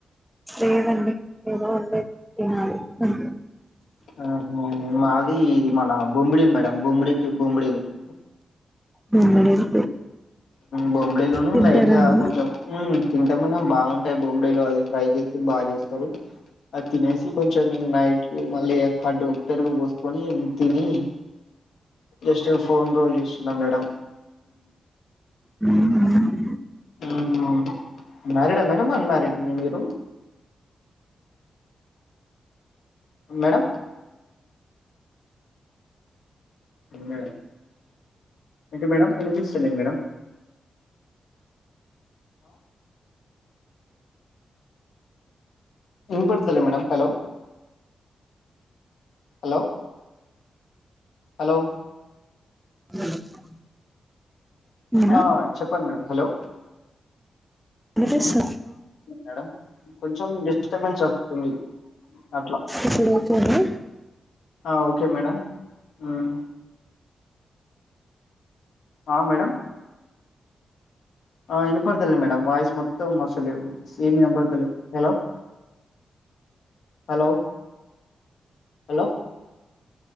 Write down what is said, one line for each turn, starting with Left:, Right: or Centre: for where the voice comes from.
Centre: లేదండి ఏదో వండీర్రు తినాలి అ.
Left: ఆ మాది ఇది మన బొమ్మిడిలు మేడం బొమ్మిడి టు బొమ్మిడిలు. <inaudible>
Centre: బొమ్మిడీల్
Left: బొమ్బడిీలును
Centre: తింటారా
Left: లైట్ గా
Centre: అండి
Left: కొంచెం తింటమల బాగుంటాయి బొమ్మిడిలు అది ఫ్రై చేసి. బాగా చేస్తారు అ తినేకి కొంచెం <unintelligible> మళ్ళీ కడ్డు ఉ పెరుగు పోసుకొని తిని. జస్ట్ ఫోన్ రోల్ చేస్తున్నా మేడం.
Centre: <unintelligible>
Left: ఉహు మ్యారీడ్ ఆ మేడం అన్మారీడ్ ఆ మీరు. మేడం మేడం ఏంటి మేడం వినిపిించలేదు మేడం. ఇం పడుతలే మేడంమ్ హలో. హలో. హలో.
Centre: <unintelligible> నేనా
Left: ఆ చెప్పండి. హలో.
Centre: వినిపిస్తుంది
Left: మేడం కొంచెం డిస్టర్బెన్స్ వస్తుంది అట్లా
Centre: ఇప్పుడు ఓకేనా
Left: ఆ ఓకే మేడం. మ్. ఆ మేడం వినపడ్తలే మేడం వాయిస్ మొత్తం అసలు ఏమిఇనపర్థలేదు హలో. హలో హలో